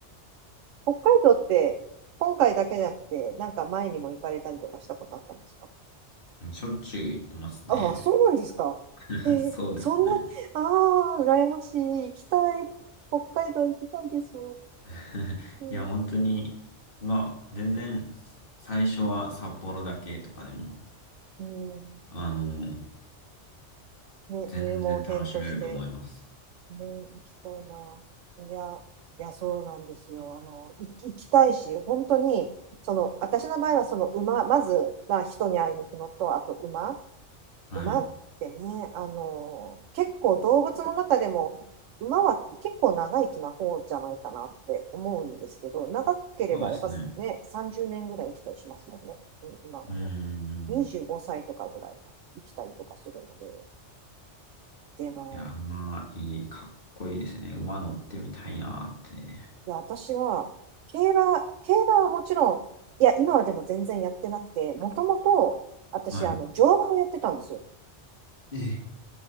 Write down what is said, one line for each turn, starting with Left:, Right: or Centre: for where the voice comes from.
Right: 北海道って、今回だけじゃなくて、なんか前にも行かれたりとかしたことあったんですか
Left: しょっちゅう行ってますね。
Right: ああ、そうなんですか。
Left: <laughs>
Right: えーそんな、
Left: そうですね。
Right: ああ、羨ましい。行きたい。北海道行きたいです。
Left: <laughs>
Right: うん、
Left: いや、本当に、まあ、全然、最初は札幌だけとかでも、
Right: うん
Left: あの、
Right: ね、
Left: 全然楽しめると思います。
Right: 入門編として。ね、行きたいな。いや、いや、そうなんですよ。あの、行き行きたいし、本当に、その、私の場合は、その馬、まず、まあ、人に会いに行くのと、あと馬。
Left: はい。
Right: 馬ってね、あの、結構動物の中でも、馬は結構長生きな方じゃないかなって思うんですけど、長ければやっぱね、
Left: そうですね。
Right: 30年ぐらい生きたりしますもんね、うん今も
Left: うーん。
Right: ね。25歳とかぐらいは生きたりとかするので、でも、
Left: いや、馬、いい、かっこいいですね。馬乗ってみたいなって。
Right: いや、私は、競馬、競馬はもちろん、いや、今はでも全然やってなくて、もともと、私、
Left: は
Right: あの、乗馬をやってたんですよ。
Left: い。え